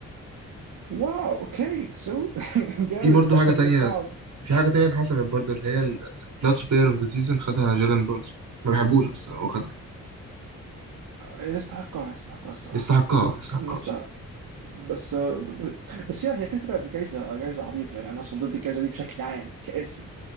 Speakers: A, on the right; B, on the right.
A: واو اوكي سو <laughs> جامد
B: في برضه
A: ما
B: حاجة تانية
A: كنتش اعرف
B: في حاجة تانية اتحسمت برضه اللي هي الكلاتش بلاير اوف ذا سيزون خدها جيلان برونسون ما بحبوش بس هو خدها
A: يستحقها يستحقها الصراحه
B: يستحقها يستحقها
A: أنا استحق
B: بصراحة
A: بس بس هي هي كده كده دي جايزه جايزه عبيطه يعني انا اصلا ضد الجايزه دي بشكل عام كاسم